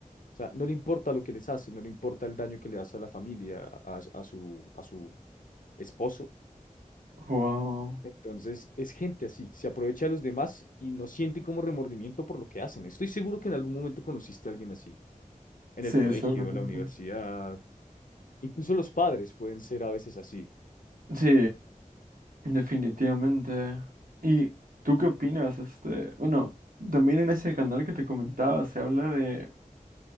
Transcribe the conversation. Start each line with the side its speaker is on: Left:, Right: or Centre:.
Left: O sea, no le importa lo que les hace, no le importa el daño que le hace a la familia, a, a su, a su esposo.
Right: wow.
Left: Entonces, es gente así, se aprovecha de los demás y no siente como remordimiento por lo que hacen. Estoy seguro que en algún momento conociste a alguien así. en
Right: Sí,
Left: el colegio,
Right: seguramente.
Left: la universidad, incluso los padres pueden ser a veces así.
Right: Sí. Definitivamente. ¿Y tú qué opinas? Este, bueno, también en ese canal que te comentaba se habla de,